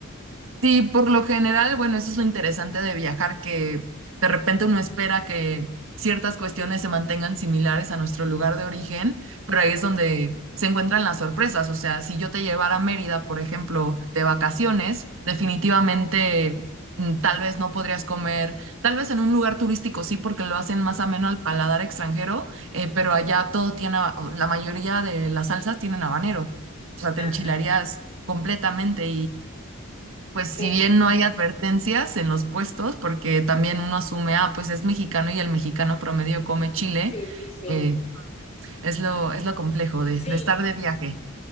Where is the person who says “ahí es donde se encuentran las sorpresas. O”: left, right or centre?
Right